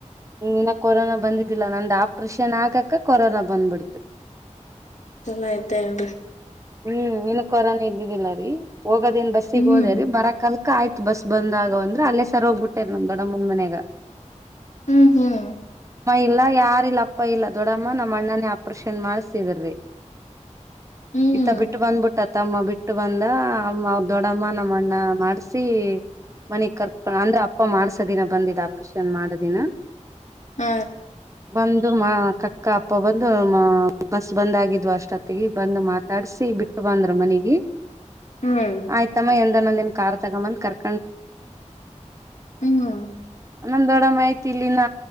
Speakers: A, on the right (about 25°); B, on the left (about 70°).
A: ನ್ನ ಕೊರೋನಾ ಬಂದಿದ್ದಿಲ್ಲ ನಂದ ಆಪ್ರೇಷನ್ ಆಗಕ ಕೊರೋನಾ ಬಂದ್ಬಿಡ್ತು
B: ಚನ್ನ ಇದ್ದೇ ಅಲ್ರರಿ
A: ಹ್ಮ್ ಇನ್ನು ಕೊರಾನ ಇದ್ದಿದ್ದಿಲ್ಲ ರೀ ಹೋಗೋದೇನ್ ಬಸ್ಸಿಗೆ
B: ಹ್ಮ್
A: ಹೋದ ರರಿ ಬರ ಕ ಕಯತ್ ಬಸ್ ಬಂದಾಗ ಅಂದ್ರೆ ಅಲ್ಲೇ ಸರ್ ಹೋಗ್ಬಿಟ್ಟೇರ್ ನಮ್ ದೊಡ್ಡ ಮುಂದ್ ಮನ್ಯಾಗ
B: ಹ್ಮ್ ಹ್ಮ್
A: ಇಲ್ಲಾ ಯಾರಿಲ್ಲ ಅಪ್ಪ ಇಲ್ಲ ದೊಡ್ಡಮ್ಮ ನಮ್ಮ್ ಅಣ್ಣನೇ ಆಪರೇಷನ್ ಮಾಡ್ಸಿದರಿ
B: ಹ್ಮ್
A: ಇತ್ತ ಬಿಟ್ಟು ಬಂದ್ಬಿಟ್ಟತ್ತ ತಮ್ಮ ಬಿಟ್ಟು ಬಂದ ಅಮ್ಮ ಅವ ದೊಡ್ಡಮ್ಮ ನಮ್ಮಣ್ಣ ಮಾಡಸಿ ಮನೆಗ್ ಕರ್ಕ ಅಂದ್ರೆ ಅಪ್ಪ ಮಾಡ್ಸ ದಿನ ಬಂದಿದ್ದ ಆಪರೇಷನ್ ಮಾಡ ದಿನ
B: ಆ
A: ಬಂದು ಮಾ ಕಕ್ಕಪ್ಪ ಅ ಬಂದು ಬ ಬಂದ ಆಾಗಿದ್ು ಅಷ್ಟೊತ್ತಿಗೆ ಬಂದ್ ಮಾತಾಡ್ಸಿ ಬಿಟ್ಟು ಬಂದ್ರು ಮನಗೆ
B: ಹ್ಮ್
A: ಆಯ್ತಮ್ಮ ಎಂದನೊಂದನ್ ಕಾರ್ ತಗೊಂಬಂದ ಕರ್
B: ಹ್ಮ್
A: ೊಂಡತಂದ್ ನಮ್ ದೊಡ ಮಾಹಿತಿ ಇಲ್ಲಿ ನ